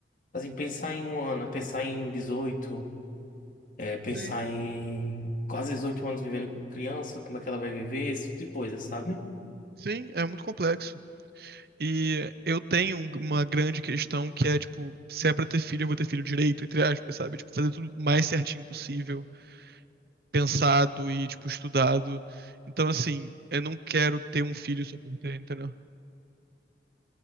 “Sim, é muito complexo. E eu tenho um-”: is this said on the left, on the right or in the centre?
Right